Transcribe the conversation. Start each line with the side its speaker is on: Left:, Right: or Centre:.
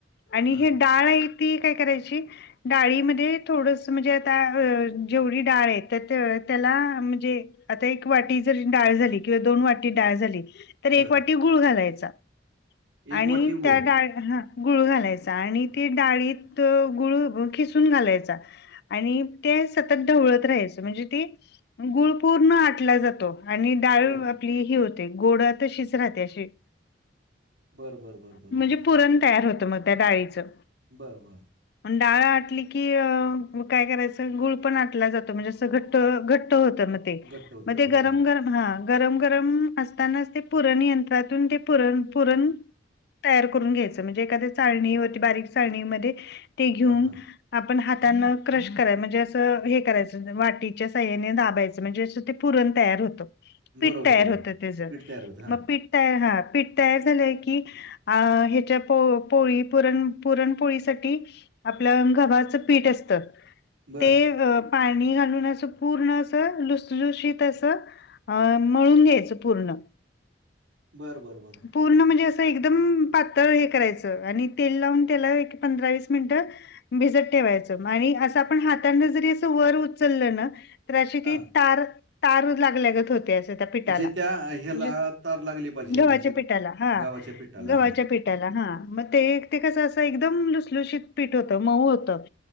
Left: आणि
Right: हां
Left: ही डाळ आहे ती काय करायची? डाळीमध्ये थोडसं म्हणजे आता अ जेवढी डाळ आहे, त तर त्याला म्हणजे आता एक वाटी जरी डाळ झाली किंवा दोन वाटी डाळ झाली तर
Right: बर
Left: एक वाटी गुळ घालायचा
Right: एक
Left: आणि
Right: वाटी गूळ
Left: त्या डाळ हां गुळ घालायचा आणि ते डाळीत गुळ ऊगळू खिसून घालायचा आणि ते सतत ढवळत राहायचं म्हणजे ती गुळ पूर्ण आटला जातो आणि डाळी
Right: बर
Left: आपली ही होते गोड तशीच राहते अशी
Right: बरं बरं बरं बरं
Left: म्हणजे
Right: बरं बरं
Left: पुरण तयार होतं मग त्या डाळीचं.
Right: बरं बरं
Left: डाळ आटली की मग काय अ. करायचं गुळ पण आटला जातो म्हणजे असं घट्ट घट्ट होतं मग ते
Right: घट्ट होते
Left: मग ते
Right: बरोबर
Left: गरम गरम हा गरम गरम असतानाच ते पुरण यंत्रातून ते पुरण पुरण तयार करून घ्यायचं म्हणजे एखाद्या चाळणी व ती बारीक चाळणीमध्ये ते घेऊन
Right: हां हां
Left: आपण हातान क्रश कराय म्हणजे असं हे करायचं वाटीच्या साहाय्याने दाबायचं म्हणजे असं ते पुरण तयार होत
Right: बरोबर,
Left: पीठ तयार
Right: बरोबर.
Left: होत तेज
Right: पीठ तयार होतं. हां.
Left: मग पीठ तयार हा पीठ तयार झालंय की अ ह्याच्या पो पोळी पुरण पुरणपोळी साठी आपलं गव्हाच पीठ असत
Right: बरं.
Left: ते पाणी घालून असं पूर्ण असं लुसलुशीत असं अ मळून घ्यायच पूर्ण
Right: बरं बरं बरं
Left: पूर्ण म्हणजे असं एकदम पातळ हे करायचं आणि तेल लावून त्याला एक पंधरा वीस मिनिटं भिजत ठेवायचं आणि असं आपण हातांनी जरी असं वर उचललं ना तर अशी
Right: हां.
Left: ती तार तार लागल्यागत होते असं तार पीठाला
Right: म्हणजे
Left: म्हणजे
Right: त्या ह्याला तार लागली पाहिजे
Left: गव्हाच्या
Right: म्हणजे
Left: पीठाला हा
Right: गव्हाच्या पिठाला.
Left: गव्हाच्या
Right: हां.
Left: पीठ ठाला ना मग ते ते कसं असं एकदम लुसलुशीत पीठ होतं मऊ होतं